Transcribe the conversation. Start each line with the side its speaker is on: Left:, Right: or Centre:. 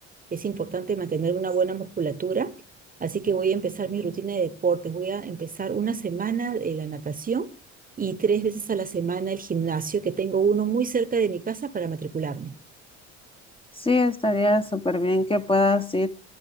Right: Es importante mantener una buena musculatura Así que voy a empezar mi rutina de deportes. Voy a empezar una semana de la natación y tres veces a la semana el gimnasio, que tengo uno muy cerca de mi casa para matricularme.
Left: Sí, estaría súper bien que puedas ir